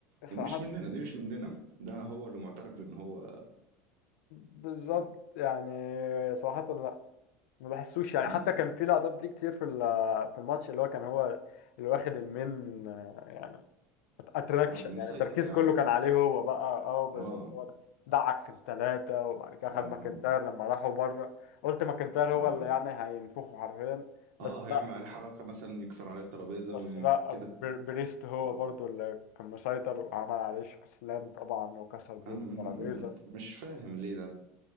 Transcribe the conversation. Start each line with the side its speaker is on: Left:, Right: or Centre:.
Left: صراحة
Right: مش مننا دي مش مننا ده هو اللي معترف بان هو
Left: بالظبط
Right: كده
Left: يعني صراحة لا ما بحسوش يعني
Right: امم
Left: حتى كان في لقطات ليه كتير في ال- في الماتش اللي هو كان هو اللي واخد المين آه، يعني اتراكشن
Right: اه مسيطر
Left: يعني التركيز
Right: يعني
Left: كله كان عليه هو بقى اه بالظبط
Right: اه
Left: هو ده دعك في الثلاثة وبعد كده خد
Right: اه
Left: ماكنتاير لما راحوا بره قلت ماكنتاير هو
Right: اه
Left: اللي يعني هينفخه حرفيا بس
Right: اه هيعمل عليه حركة مثلا يكسر
Left: بس
Right: عليه الترابيزة وكده
Left: بس لا بر- بريست هو برضو اللي كان مسيطر وعمل عليه استسلام طبعا وكسر بيه
Right: انا
Left: الترابيزة
Right: م- م- مش فاهم ليه ده